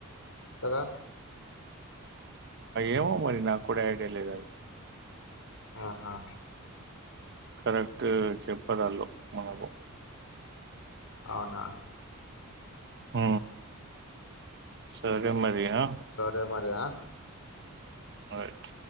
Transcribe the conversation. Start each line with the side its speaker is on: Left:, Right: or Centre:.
Left: కదా
Right: ఏమో మరి నాకు కూడా ఏడ లేదు అది
Left: ఆహా
Right: కరెక్ట్ చెప్పదళ్ళు మనకు
Left: అవునా
Right: హ సరే మరి ఆ
Left: సరే మరియా
Right: ఆట్